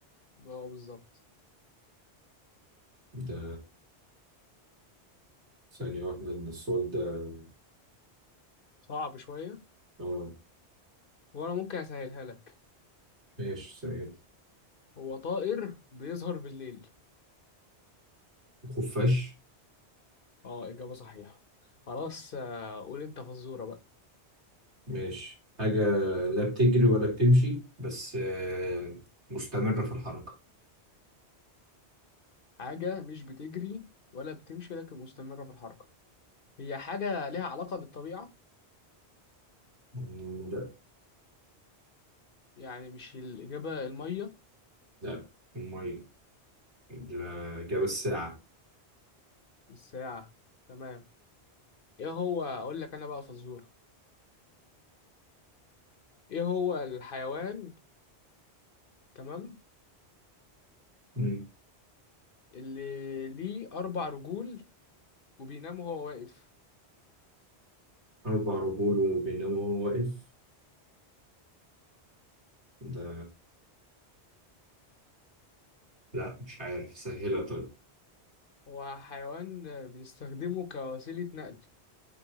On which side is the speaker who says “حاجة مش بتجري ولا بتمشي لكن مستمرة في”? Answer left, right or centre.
Left